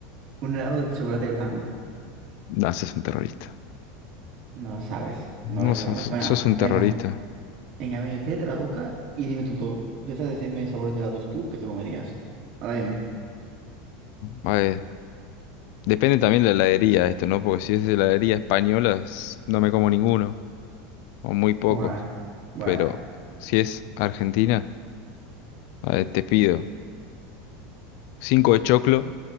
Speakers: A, on the right (about 45°); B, on the left (about 55°).
A: un helado de chocolate blanco.
B: No, sos un terrorista.
A: No sabes, no le
B: No, sos,
A: sabes. Venga,
B: sos un
A: venga,
B: terrorista.
A: venga, venga, quédate la boca y dime tú todo. Empieza a decirme sabores de helados tú que te comerías. Ahora mismo.
B: A ver, depende también de la heladería esto, ¿no? Porque si es de heladería española, es- no me como ninguno. O muy pocos.
A: Bueno, bueno,
B: Pero si es Argentina, a ver, te pido cinco de choclo.